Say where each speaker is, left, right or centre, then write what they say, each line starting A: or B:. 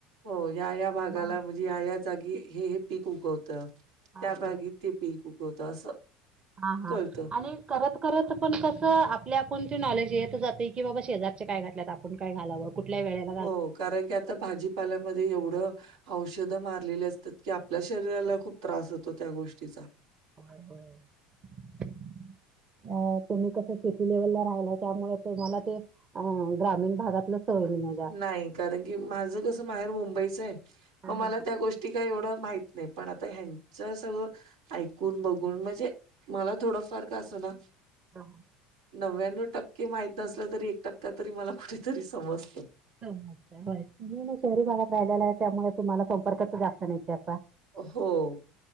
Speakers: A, on the right; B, on the right.
A: हो या या भागाला
B: मग
A: म्हणजे या या जागी हे पीक उगवत त्या
B: हा
A: भागी
B: होय.
A: ते पीक उगवतं असं.
B: हा हा
A: कळतं.
B: आणि करत करत पण कसं आपल्या आपणची नॉलेज येत जाते की बाबा शेजारचे काय घातल्यात आपण काय घालावं कुठल्या वेला
A: हो कारण की आता भाजीपाल्यामध्ये एवढं औषधं मारलेली असतात की आपल्या शरीराला खूप त्रास होतो त्या गोष्टीचा.
B: <inaudible>
A: <unintelligible>
B: अ तुम्ही कसं सिटी लेव्हलला राहिला त्यामुळे तुम्हाला ते अ ग्रामीण भागातलं सवय म माझ्या.
A: नाही कारण की माझ कस माहेर मुंबईच आहे
B: हा
A: म
B: हा
A: मला
B: हा
A: त्या गो ती काय एवढं माहित नाही पण आता ह्यांच सगळं ऐकून बघून म्हणजे मला थोडंफार का असं ना
B: हा.
A: नव्याण्णव टक्के माहित नसलं तरी एक टक्का तरी मला कुठेतरी समजत.
B: तुम्ही मग शहरी भागात राहिलेला आहे त्यामुळे तुम्हाला संपर्कच जास्त नाही त्याचा
A: हो